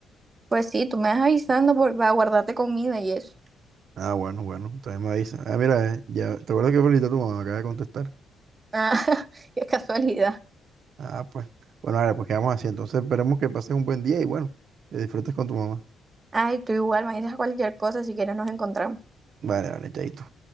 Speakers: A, on the right; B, on the right.
A: Pues sí, tú me vas avisando por, para guardarte comida y eso.
B: Ah, bueno, bueno, también me avisa. Ah, mira, eh, ya, ¿te acuerdas que felicité a tu mamá? acaba de contestar.
A: Ah, <laughs> qué casualidad.
B: Ah, pues. Bueno, vale, pues quedamos así. Entonces esperemos que pases un buen día y bueno, que disfrutes con tu mamá.
A: Ay, tú igual me dices cualquier cosa, si quieres nos encontramos.
B: Vale, vale, chaito.